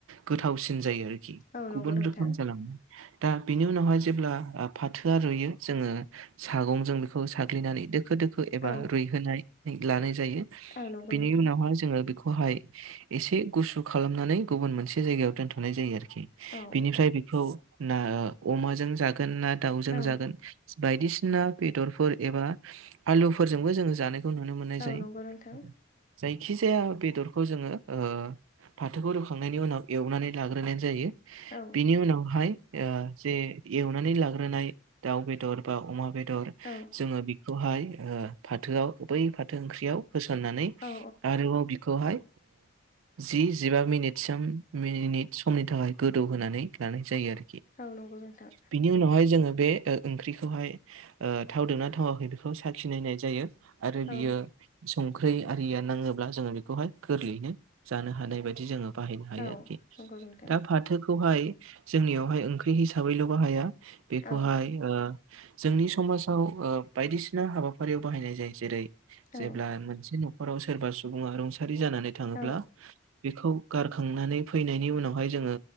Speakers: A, on the right (about 90°); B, on the left (about 40°).
A: गोथावसिन जायो आरोखि
B: औ नंगौ
A: गुबुन
B: नोंथां
A: रोखोम जालांनाय दा बिनि उनावहाय जेब्ला फाथोआ रुइयो जोङो सागंजों बेखौ साग्लिनानै दोखो दोखो एबा
B: औ
A: रुयहोनानै लानाय जायो
B: औ नंगौ
A: बिनि
B: नोंथां
A: उनाव जोङो बे खौहाय एसे गुसु खालामनानै गुबुन मोनसे जायगायाव दोनथ'नाय जायो आरोखि
B: औ
A: बिनिफ्राय बेखौ ना अमाजों जागोन ना दाउजों
B: औ
A: जागोन बायदिसिना बेदरफोर एबा आलुफोरजोंबो जों जानो खौ नुनो मोननाय
B: औ
A: जायो
B: नंगौ नोंथां
A: जायखि जाया बेदरखौ जोङो ओ फाथोखौ रुखांनायनि उनाव एवनानै लाग्रोनाय जायो
B: औ औ
A: बिनि उनावहाय ओ जे एवनानै लाग्रोनाय दाउ बेदर बा अमा बेदर
B: औ
A: जोंङो बेखौहाय ओ फाथोआव बै फाथो ओंख्रियाव होसननानै
B: औ
A: आरोबाव खौहाय जि जिबा मिनिटसिम समनि थाखाय गोदौ होनानै लानाय जायो आरो
B: औ नंगौ नोंथां
A: बिनि उनावहाय जोङो बे ओ ओंख्रिखौहाय ओ थावदोंना थावाखै बेखौ साखिनायनाय जायो आरो
B: औ
A: बियो संख्रि आरिया नाङोब्ला जोङो बेखौहाय गोरलैयैनो जानो हानाय बायदि जोङो बाहायनो हायो
B: औ
A: आरोखि
B: नंगौ नोंथां
A: दा फाथोखौहाय जोंनियावहाय ओंख्रि हिसाबैल' बाहाया बेखौहाय
B: औ
A: ओ जोंनि समाजाव बायदिसिना हाबाफारियाव बाहायनाय जायो जेरै जेब्ला
B: औ
A: मोनसे न'खराव सोरबा सुबुङा रुंसारि जानानै थाङोब्ला
B: औ
A: बेखौ गार फैनायनि उनावहाय जोङो